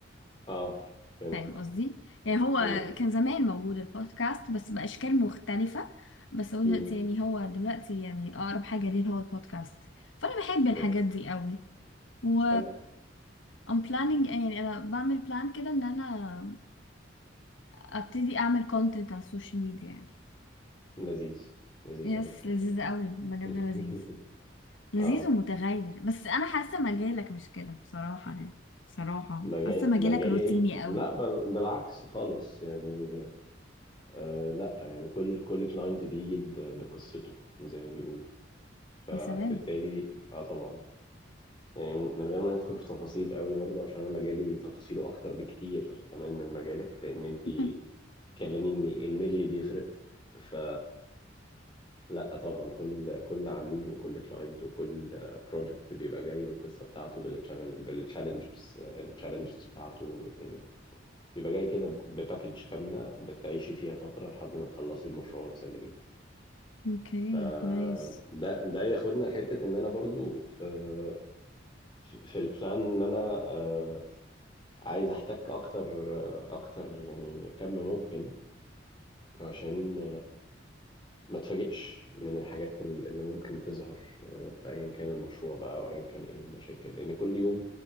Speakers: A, on the left; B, on the left.
A: اه فهمتك
B: فاهم قصدي يعني هو
A: امم
B: كان زمان موجود البودكاست بس بأشكال مختلفة بس هو دلوقتي
A: امم
B: يعني هو دلوقتي يعني أقرب حاجة ليه هو البودكاست فأنا بحب الحاجات
A: فهمتك
B: دي قوي و
A: حلو
B: I'm planning يعني أنا بعمل بلان كده إن أنا أبتدي أعمل content على السوشيال ميديا يعني
A: لذيذ لذيذ
B: يس
A: قوي الكلام
B: لذيذة
A: ده
B: قوي المجال
A: <laughs>
B: ده لذيذ لذيذ
A: اه
B: ومتغير بس أنا حاسة مجالك مش كده بصراحة يعني بصراحة
A: مجا...
B: حاسة مجالك
A: مجالي
B: روتيني قوي
A: لا بل... بالعكس خالص يعني آه لا يعني كل كل كلاينت بيجي ب... بقصته زي ما بيقولوا فبالتالي
B: يا سلام
A: اه طبعا يعني من غير ما ندخل في تفاصيل قوي برضه عشان انا مجالي تفاصيله اكتر بكتير كمان من مجالك لان انت
B: <laughs>
A: تكلميني الميل اللي بيفرق ف لا طبعا كل كل عميل وكل كلاينت وكل بروجكت بيبقى جاي بالقصه بتاعته بالتشالنج بالتشالنجز التشالنجز بتاعته يعني بيبقى جاي كده بباكج كامله بتعيشي فيها فتره لحد ما تخلصي المشروع وتسلميه
B: اوكي
A: فده
B: نايس
A: ده ده ياخدنا لحته ان انا برضو آه، في البلان ان انا آه، عايز احتك اكتر آه، اكتر يعني كم ممكن عشان ما تفاجئش من الحاجات ال- اللي ممكن تظهر آه، في ايا كان المشروع بقى او ايا كان ايه المشاكل لان كل يوم